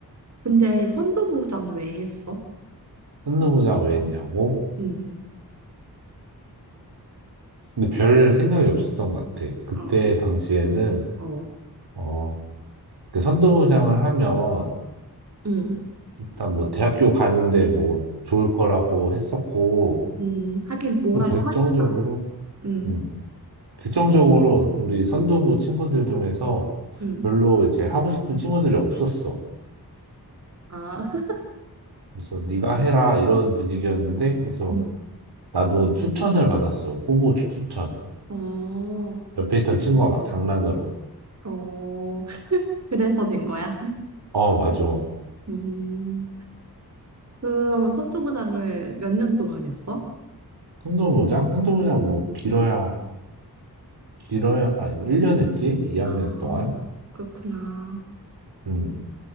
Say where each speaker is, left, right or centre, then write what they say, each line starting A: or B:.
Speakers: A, on the right; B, on the right.
A: 근데 선도부장 왜 했어?
B: 현노부장 왜 했냐고?
A: 음,
B: 근데 별 생각이 없었던 것 같아. 그때
A: 어,
B: 당시에는
A: 어.
B: 어, 그 선도부장을 하면
A: 음,
B: 일단 뭐 대학교 가는데 뭐 좋을 거라고 했었고
A: 음, 하긴 뭐라도
B: 또 결정적으로
A: 하니까. 음,
B: 음, 결정적으로 우리 선도부 친구들 중에서
A: 음.
B: 별로 이제 하고 싶은 친구들이 없었어.
A: 아, <laughs>
B: 그래서 네가 해라 이런 분위기였는데 그래서
A: 음.
B: 나도 추천을 받았어. 후보 추천.
A: 어,
B: 옆에 있던 친구가 막 장난으로
A: 어, <laughs> 그래서 된 거야.
B: 어 맞아.
A: 음, 그러면 선도부장을 몇 년 동안 했어?
B: 한도부장? 한도부장 뭐 길어야 길어야가 아니고 1년 했지? 2학년
A: 아,
B: 동안?
A: 그렇구나.
B: 음.